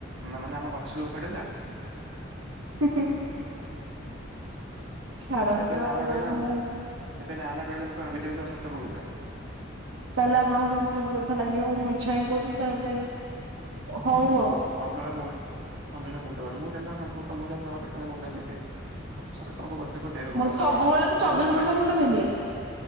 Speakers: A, on the right; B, on the right.
A: ମାନେ ଆମ ଗଛକୁ ଉପାଡିଲା।
B: <unintelligible> ଛାଡନ୍ତୁ
A: ଏବେ ନା
B: ଆଉ
A: ନା କହିଲେ
B: ମୁଁ
A: ଏବେ ନା ନା କହିଲେ ମୁଁ କଣ ଭାବିଦେବି ତମେ ସତ କହୁଚ।
B: ତାହେଲେ ଆପଣଙ୍କୁ ଯଦି ସବୁ କଥା ଲାଗିବ ମୁଁ ମିଛ ହିଁ କହୁଚି ତାହେଲେ ହଉ ଆଉ।
A: ସନ୍ଧ୍ୟାବେଳେ ମୁ ସନ୍ଧ୍ୟାବେଳେ ମୁଣ୍ଡ ବିନ୍ଧୁଚି। ମୁଁ ସେନ୍ତି <unintelligible> ମୁଣ୍ଡ ବିନ୍ଧେ। ସମସ୍ତଙ୍କ କଥାକୁ ଦେହକୁ
B: ମୋର
A: ନବାନି।
B: ସବୁବେଳେ ତ
A: ସେ
B: ଚବିଶ
A: ଯଦି କହେ
B: ଘଣ୍ଟା ମୁଣ୍ଡ ବିନ୍ଧେ